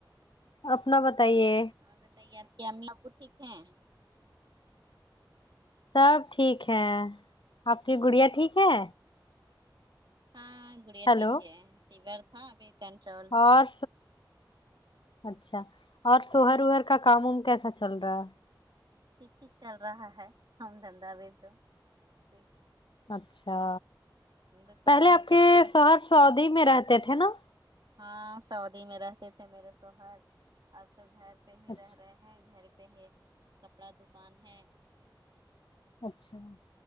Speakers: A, on the left; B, on the right.
A: اپنا بتائیے
B: اور بتائیے آپ کی امی ابو ٹھیک ہیں
A: سب ٹھیک ہے آپ کی گڑیا ٹھیک ہے
B: ہاں گڑیا
A: ہیلو
B: ٹھیک ہے فیور تھا ابھی کنٹرول ہے
A: اور اچھا اور سوہر اوہر کا کام وام کیسا چل رہا ہے
B: ٹھیک ہی چل رہا ہے کام دھندہ بھی تو ٹھیک
A: اچھا
B: دکان
A: پہلے
B: ہے
A: آپ کے
B: تو دکان
A: سوہر سعودی میں رہتے تھے ناں
B: ہاں سعودی میں رہتے تھے میرے سوہر اب تو گھر پہ ہی
A: اچھا
B: رہ رہے ہیں گھر پہ ہے کپڑا دکان ہے
A: اچھا